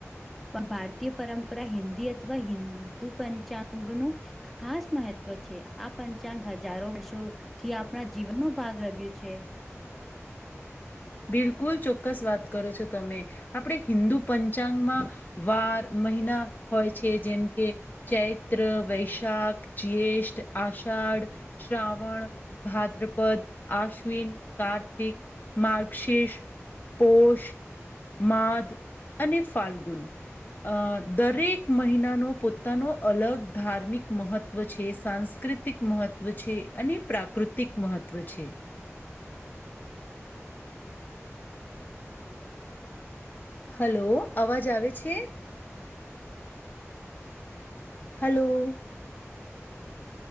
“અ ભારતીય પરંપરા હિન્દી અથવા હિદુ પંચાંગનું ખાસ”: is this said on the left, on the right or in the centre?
Centre